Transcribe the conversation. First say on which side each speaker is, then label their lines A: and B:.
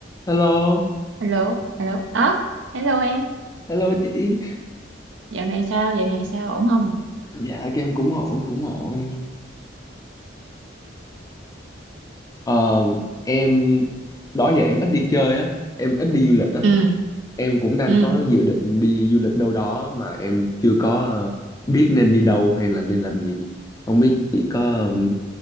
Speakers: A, on the left; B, on the right.
A: Hello,
B: Hello, hello. À, hello em.
A: hello chị.
B: Dạo này sao? Dạo này sao? Ổn không?
A: Dạ các em cũng ổn, cũng ổn. um, em đó giờ em ít đi chơi á, em ít đi du lịch á.
B: ừ
A: Em cũng đang
B: ừ
A: có dự định đi du lịch đâu đó mà em chưa có ờ, biết nên đi đâu hay là nên làm gì. Không biết chị có ừm,